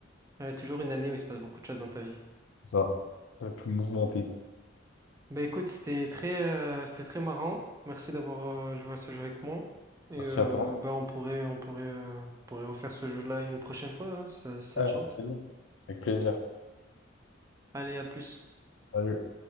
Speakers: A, on the right; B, on the left.
A: Ouais, toujours une année où il se passe beaucoup de choses dans ta vie.
B: C'est ça, la plus mouvementée.
A: Bah écoute, c'était très, euh, c'était très marrant. Merci d'avoir euh, joué à ce jeu avec moi. Et
B: Merci
A: euh,
B: à toi.
A: bah on pourrait, on pourrait, euh, on pourrait refaire ce jeu-là une prochaine fois, hein, si ça, si ça
B: Ouais,
A: te
B: avec
A: chante.
B: plaisir. Avec plaisir.
A: Allez, à plus.
B: Salut.